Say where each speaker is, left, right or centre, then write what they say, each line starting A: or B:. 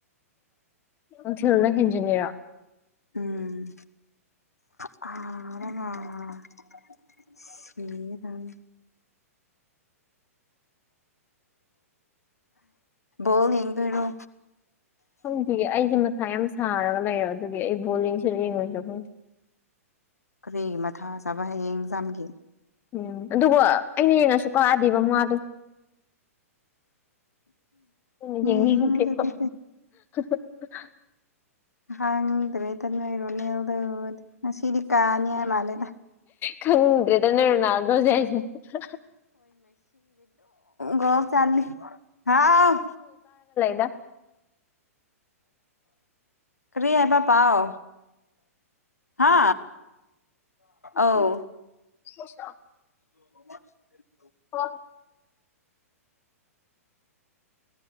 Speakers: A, on the left; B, on the left.
A: ꯎ ꯎ ꯊꯤꯜꯅ ꯍꯈꯤꯖꯅꯤꯔ
B: ꯎꯝ ꯑ ꯁꯤꯗꯅꯤ ꯣꯜ ꯌꯦꯡ ꯐꯔꯣ
A: ꯈꯪꯗꯦ ꯑꯩꯁꯦ ꯃꯊꯥ ꯌꯥꯝ ꯁꯥꯔꯒ ꯂꯩꯔꯣ ꯑꯗꯨꯒꯤ ꯑꯩ ꯕꯣꯜꯂꯤꯡꯁꯨ ꯌꯦꯡꯉꯣꯏꯁꯨ ꯈꯪꯗꯦ
B: ꯀꯔꯤ ꯃꯊꯥ ꯆꯥꯕ ꯍꯌꯦꯡꯖꯥꯝꯒꯤ
A: ꯎꯝ ꯑꯗꯨꯒꯕꯨ ꯑꯩꯅ ꯌꯦꯡꯉꯁꯨ ꯀꯛꯑꯗꯤꯕꯃꯗꯣ ꯎ
B: ꯌꯦꯡꯉꯨꯔꯁꯦ
A: <unintelligible>
B: ꯍꯥꯡ ꯇꯔꯤ ꯑꯗꯨꯅꯣꯏ ꯏꯔꯅꯤꯦꯜꯗ ꯉ ꯁꯤꯗꯤ ꯀꯥꯅꯤ ꯍꯥꯏꯏ ꯃꯥꯜꯂꯦꯗ
A: ꯈꯪꯗ꯭ꯔꯔꯤꯗꯅꯣ ꯅ ꯑꯗꯨꯣ <unintelligible>
B: ꯍ ꯆꯂꯤ ꯍꯥꯎ
A: ꯗ
B: ꯀꯔꯤ ꯍꯥꯏꯕ ꯄꯥꯎ ꯍꯥ
A: <unintelligible>
B: ꯑꯧ
A: ꯁꯁꯥ
B: <unintelligible>
A: ꯍ